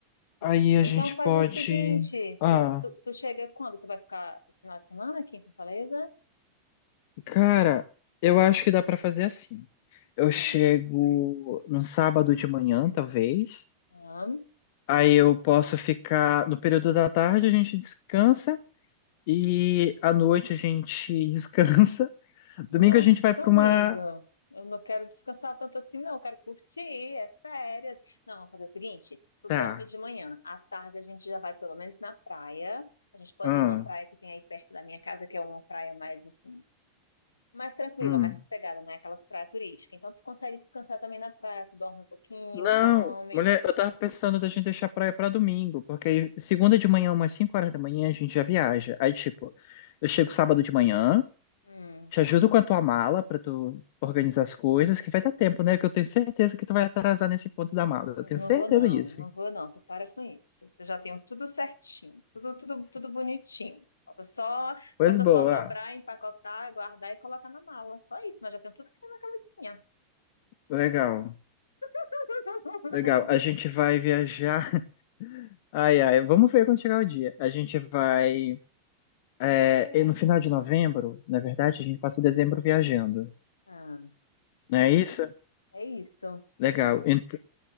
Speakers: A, on the left; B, on the left.
A: Aí
B: amigo.
A: a
B: Então
A: gente
B: faz
A: pode,
B: o seguinte,
A: ah,
B: tu, tu, tu chega quando? Tu vai ficar o final de semana aqui em Fortaleza?
A: cara, eu acho que dá pra fazer assim. Eu
B: Hum,
A: chego no sábado de manhã, talvez.
B: hum.
A: Aí eu posso ficar no período da tarde, a gente descansa. E à noite a gente <laughs> descansa.
B: Nossa,
A: Domingo a gente vai pra
B: amigo,
A: uma.
B: eu não quero descansar tanto assim, não. Eu quero curtir, é férias. Não, vamos fazer o seguinte: tu
A: Tá.
B: dorme de manhã, à tarde a gente já vai pelo menos na praia. A gente pode
A: Hum,
B: ir numa praia que tem aí perto da minha casa, que é uma praia mais assim, mais tranquila,
A: hum.
B: mais sossegada, não é aquelas praias turísticas. Então tu consegue descansar também na praia, tu dorme um pouquinho,
A: Não,
B: come.
A: mulher, eu tava pensando da gente deixar a praia pra domingo, porque aí segunda de manhã, umas 5 horas da manhã, a gente já viaja. Aí, tipo, eu chego sábado de manhã,
B: Hum,
A: te ajudo com a tua mala pra tu organizar as coisas, que vai dar tempo, né? Que eu tenho certeza que tu vai atrasar nesse ponto da mala.
B: Não
A: Eu tenho certeza
B: vou não,
A: disso.
B: não vou não, tu para com isso. Eu já tenho tudo certinho, tudo, tudo, tudo bonitinho. Falta só,
A: Pois
B: falta
A: boa,
B: só dobrar, empacotar, guardar e colocar na mala. Só isso, mas já tenho tudo aqui na cabecinha.
A: legal,
B: <laughs>
A: legal. A gente vai viajar. Ai, ai, vamos ver quando chegar o dia. A gente vai. é, e no final de novembro, na verdade, a gente passa o dezembro viajando.
B: Ah,
A: Não é isso?
B: é isso.
A: Legal. Ent-